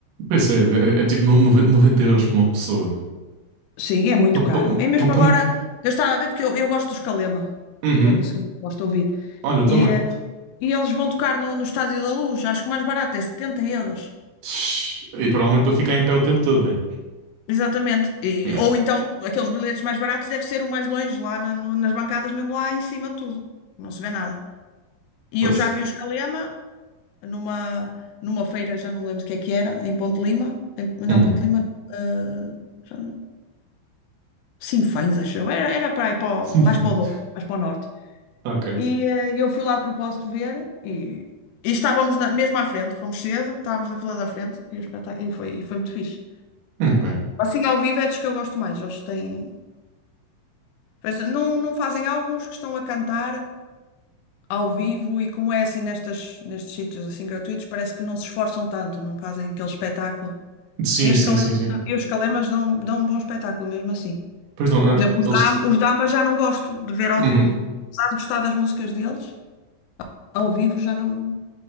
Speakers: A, on the right; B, on the left.
A: Pois é, é, é tipo no- noven- 90 euros por uma pessoa.
B: Sim, é muito
A: Pum,
B: caro.
A: pum,
B: É mesmo
A: pum, pum.
B: agora. Eu estava a ver porque eu, eu gosto dos Calema.
A: Uhum.
B: Tem músicas que eu gosto de ouvir.
A: Olha, eu também.
B: E, eh, e eles vão tocar no, no Estádio da Luz. Acho que o mais barato é 70 euros.
A: Shhh. E provavelmente para ficar em pé o tempo todo, né?
B: Exatamente. E-
A: Yeah.
B: ou então, aqueles bilhetes mais baratos deve ser o mais longe, lá na- no- nas bancadas, mesmo lá em cima de tudo. Não se vê nada. E
A: Fosse.
B: eu já vi os Calema numa, numa feira, já não me lembro o que é que era, em Ponte Lima. Em- não,
A: Uhum.
B: Ponte Lima. Uh, já, Sinfãs, acho eu. Era, era para, aí para
A: Sim,
B: o- mais
A: sim.
B: para o Douro, mais para o norte.
A: Ok.
B: E eh, eu fui lá de propósito ver e, e estávamos na- mesmo à frente, fomos cedo, estávamos na fila da frente e, o espetáculo, e, foi, e foi muito fixe.
A: Ok.
B: Assim, ao vivo é dos que eu gosto mais. Eles têm. Pois, não, não fazem alguns que estão a cantar ao vivo e como é assim nestas, nestes sítios assim gratuitos, parece que não se esforçam tanto, não fazem aquele espetáculo.
A: Sim,
B: E os
A: sim,
B: calemas,
A: sim, sim.
B: e os calemas dão, dão um bom espetáculo mesmo assim.
A: Pois não,
B: Por exemplo,
A: eh,
B: os
A: eles.
B: Dama,
A: te-
B: os Dama já não gosto de ver ao
A: Uhum.
B: vivo. Apesar de gostar das músicas deles, ao vivo já não